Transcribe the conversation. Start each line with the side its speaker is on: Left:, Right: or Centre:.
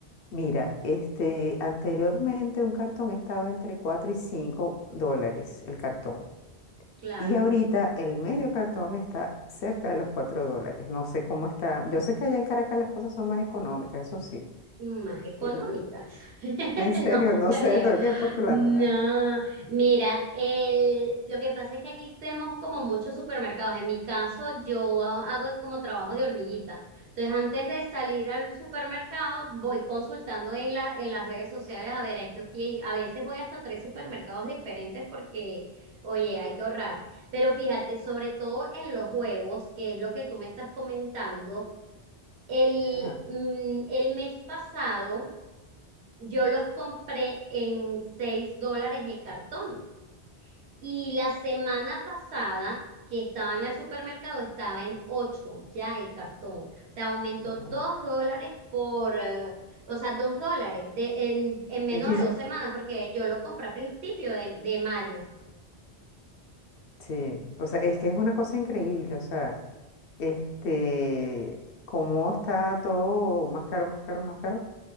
Left: mira, este, anteriormente un cartón estaba entre 4 y 5 dólares el cartón.
Right: Claro,
Left: Y ahorita el medio cartón está cerca de los 4 dólares. No sé cómo está. Yo sé que allá en Caracas las cosas son más económicas, eso sí.
Right: más económicas.
Left: Pero
Right: <laughs>
Left: <laughs> en serio,
Right: No
Left: no
Right: creo.
Left: sé, estoy aquí especulando.
Right: No,
Left: ¿ah?
Right: mira, el, lo que pasa es que aquí tenemos como muchos supermercados. En mi caso, yo hago como trabajo de hormiguita. Entonces, antes de salir al supermercado, voy consultando en la, en las redes sociales a ver a esto que a veces voy hasta tres supermercados diferentes porque, oye, hay que ahorrar. Pero fíjate, sobre todo en los huevos, que es lo que tú me estás comentando. El,
Left: Ajá,
Right: mm, el mes pasado yo los compré en 6 dólares el cartón y la semana pasada que estaba en el supermercado estaba en 8 ya el cartón. O sea, aumentó
Left: ajá.
Right: 2 dólares por, eh, o sea, 2 dólares de, en, en menos
Left: En 15
Right: de dos semanas porque yo los compré a principio de, de mayo.
Left: Sí, o sea, es que es una cosa increíble, o sea, este, cómo está todo más caro, más caro, más caro